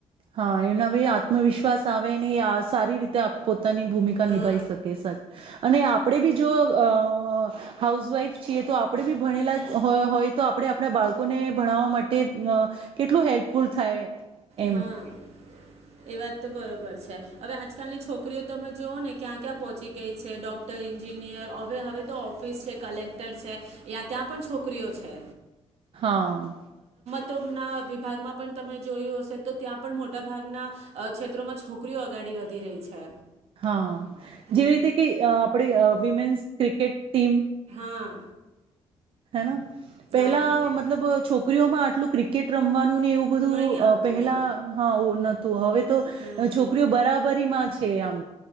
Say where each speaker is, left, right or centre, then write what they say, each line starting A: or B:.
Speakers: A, on the right; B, on the right.
A: હા એને હવે આત્મવિશ્વાસ આવે ને એ સારી રીતે એ પોત પોતાની ભૂમિકા
B: હા
A: નિભાવી શકે સાચ અને આપડે બી જો અહ હા હાઉસવાઈફ છીએ તો આપડે બી ભણેલા હો-હોય તો આપડે આપડા બાળકોને ભણાવવા માટે અહ કેટલું હેલ્પફુલ થાય. એમ
B: હા. એ વાત તો બરોબર છે. હવે આજકાલની છોકરીઓ તમે જોુઓ ને ક્યાં ક્યાં પહોંચી ગઈ છે ડોક્ટર ન્જિનિયર હવે હવે તો ઓફિસ છે કલેક્ટર છે યા ત્યાં પણ છોકરીઓ છે.
A: હા.
B: તોના વિભાગમાં પણ તમે જોયું હશે તો ત્યાં પણ મોટાભાગના ક્ષેત્રોમાં છોકરીઓ અગાડી વધી રહી છે.
A: હા
B: હમ,
A: જેવી રીતે કે અ આપ વિમેન્સ ક્રિકેટ ટીમ
B: હા.
A: હેના પેલા
B: હા
A: મતલબ છોકરીઓમાં આટલે આટલું ક્રિકેટ રમવાનું એવું બધું
B: નહીં આવતું
A: પહેલા હા આ તો હવે તો
B: હમ,
A: છોકરીઓ બરાબરીમાં તે આમ